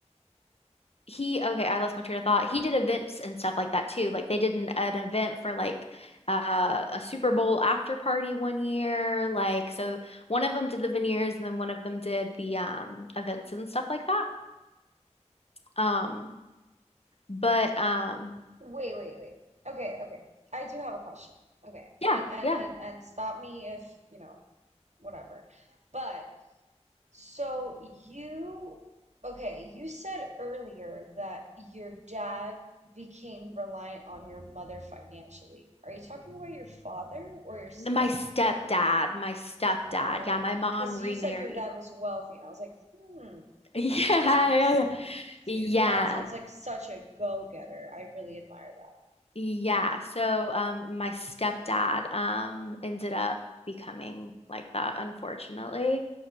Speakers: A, on the left; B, on the right.
A: he okay, I lost my train of thought. He did events and stuff like that too. Like they did an, an event for like uh, a Super Bowl after party one year. Like so one of them did the veneers and then one of them did the um events and stuff like that. Um but um
B: Wait, wait, wait. Okay, okay. I do have a question. Okay,
A: yeah,
B: and and
A: yeah.
B: and, and stop me if, you know, whatever. But so you, okay, you said earlier that your dad became reliant on your mother financially. Are you talking about your father or your stepfather?
A: My stepdad, my stepdad.
B: Right.
A: Yeah, my mom
B: Because
A: remarried.
B: you said your dad was wealthy, and I was like, hmm,
A: <laughs> Yeah,
B: that doesn't make
A: yeah,
B: sense.
A: yeah. Yeah.
B: Your dad sounds like such a go-getter. I really admire that.
A: Yeah. So um my stepdad um ended up becoming like that, unfortunately.